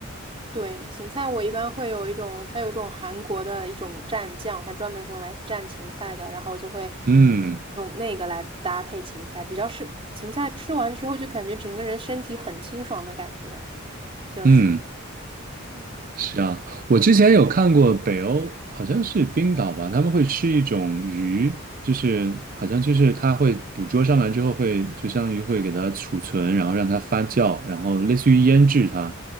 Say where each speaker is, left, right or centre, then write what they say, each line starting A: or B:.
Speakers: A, on the right; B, on the right.
A: 对，芹菜我一般会有一种，它有一种韩国的一种蘸酱，它专门是用来蘸芹菜的，然后我就会
B: 嗯
A: 用那个来搭配芹菜，比较是芹菜吃完之后就感觉整个人身体很清爽的感觉，就是，
B: 嗯。
A: 嗯
B: 是啊，我之前有看过北欧，好像是冰岛吧，他们会吃一种鱼，就是好像就是它会捕捉上来之后会，就相当于会给它储存，然后让它发酵，然后类似于腌制它，